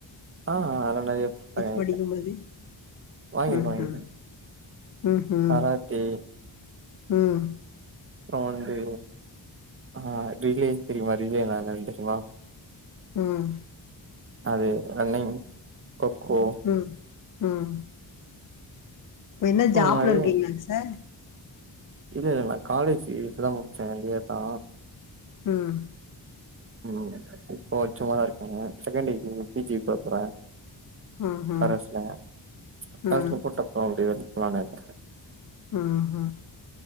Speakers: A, on the right; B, on the left.
A: ஆ அதெல்லா நெறைய பிரைஸ் வாங்கிருக்கே
B: படிக்கும்போது
A: வாங்கிருக்கே
B: ம்ஹும்
A: வாங்கிருக்கே
B: ம்ஹும்
A: கராத்தே
B: ம்
A: அப்றோ வந்து ஆ ரிலே தெரியுமா ரிலே <unintelligible>
B: ம்
A: அது ரன்னிங் கொக்கோ
B: ம் ம் இப்ப என்ன
A: கொக்கோ
B: ஜாப்ல
A: மாரி
B: இருக்கீங்களாங்க சார்
A: இல்ல இல்ல நா காலேஜ் இப்ப தா முடிச்சே இந்த இயர் தா
B: ம்
A: ம் இப்போ சும்மாதா இருக்கேங்க செகண்ட் டிகிரி பி ஜி போ போறே
B: ஆஹா,
A: கரஸ்ல கரஸ்ல
B: ஆ,
A: ஃபர்ஸ்ட் போட்ட ப்ரோ அப்டி எடுக்கலாம்னு இருக்கே
B: ம் ம்